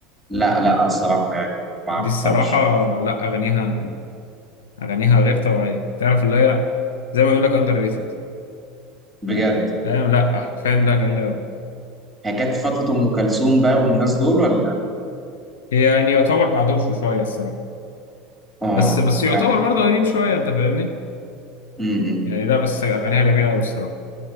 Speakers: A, in the centre; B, on the left (about 70°).
A: لا لا الصراحة يعني ما اعرفهاش
B: دي الصراحة لا أغانيها أغانيها غير طبيعية تعرف اللي هي زي ما بيقول لك أندر ريتد
A: بجد
B: فاهم لا حرفيا لا جميلة أوي
A: هي كانت في فترة أم كلثوم بقى والناس دول ولا
B: هي يعني يعتبر بعدهم شو- شوية الصراحة
A: اه
B: بس بس يعتبر
A: فعلا
B: برضه قديم شوية أنت فاهمني
A: امم
B: يعني لا بس أغانيها جميلة أوي الصراحة